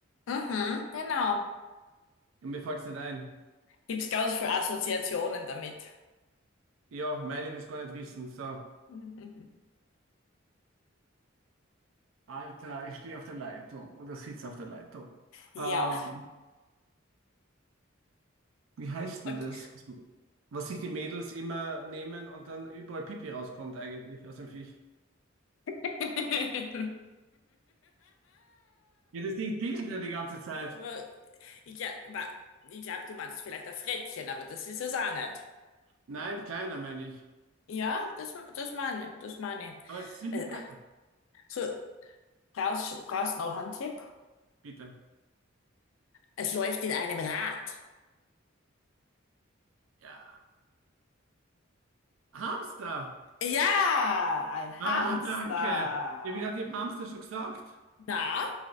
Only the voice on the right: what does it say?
Ja, mir fällt's nicht ein.
Ja, meine will's gar nicht wissen. So.
Alter, ich stehe auf der Leitung oder sitze auf der Leitung.
Ähm, Wie heißt
denn das? Was sich die Mädels immer nehmen und dann überall Pipi rauskommt eigentlich aus dem Viech.
Ja, das Ding pieselt ja die ganze Zeit.
Nein, kleiner meine ich.
Aber es ist sicher...
ke-
Bitte.
Ja, Hamster.
Ah,
danke. Ich habe gedacht, ich habe Hamster schon gesagt.